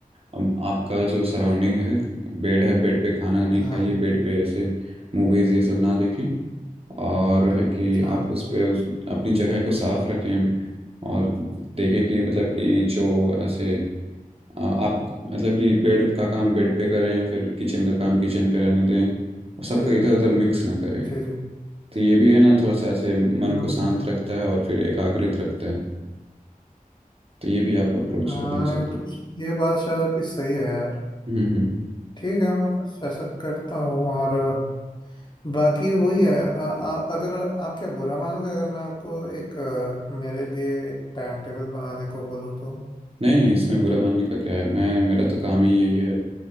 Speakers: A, on the right; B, on the left.
A: अम, आपका जो सराउंडिंग है बेड है बेड पे खाना नहीं
B: हाँ
A: खाइए बेड पे ऐसे मूवीज ये सब ना देखें और है कि
B: हाँ
A: आप उस पे उस अपनी जगह को साफ रखें और देखें कि मतलब कि जो ऐसे आ, आप मतलब कि बेड का काम बेड पे करें फिर किचन का काम किचन पे रहने दें और सबको
B: जी
A: इधर उधर मिक्स ना करें
B: जी जी
A: तो ये भी है ना थोड़ा सा ऐसे मन
B: हम्म,
A: को शांत रखता है और फिर एकाग्रित रखता है तो ये भी आप अप्रोच
B: हाँ
A: अपना सकते हैं
B: तो ये बात शायद आपकी सही है यार
A: हम्म हम्म।
B: ठीक है मैं कुछ ऐसा करता हूँ और अ, बाकी वही है अ, आ, अगर आप क्या बुरा मानोगे अगर मैं आपको एक अ, मेरे लिए एक टाइम टेबल बनाने को बोलूँ तो
A: नहीं नहीं इसमें बुरा मानने का क्या है मैं मेरा तो काम ही यही है